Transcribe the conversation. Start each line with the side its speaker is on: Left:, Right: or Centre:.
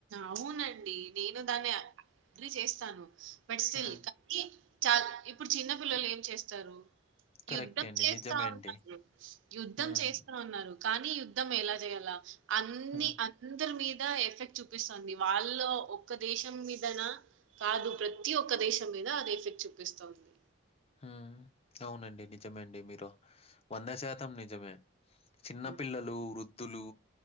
Right: అవునండి నేను నేను దాన్ని అగ్రి చేస్తాను. <unintelligible> బట్ స్టిల్
Left: హ్మ్.
Right: కానీ చాల ఇప్పుడు చిన్న పిల్లలు ఏం చేస్తారు
Left: కరెక్టే
Right: యుద్ధం
Left: అండి.
Right: చేస్తా
Left: నిజమే అండి.
Right: ఉన్నారు యుద్ధం
Left: హ్మ్.
Right: చేస్తా ఉన్నారు కానీ. యుద్ధం ఎలా చేయలా అన్నీ
Left: హ్మ్.
Right: అందరి మీద. ఎఫెక్ట్ చూపిస్తుంది వాళ్ళ ఒక్క దేశం మీదనా కాదు ప్రతి ఒక్క దేశం మీద అది ఎఫెక్ట్ చూపిస్తోంది.
Left: హ్ అవునండి నిజమే అండి మీరు వంద శాతం నిజమే. చిన్న
Right: హ్మ్.
Left: పిల్లలు వృద్దులు వృద్దులు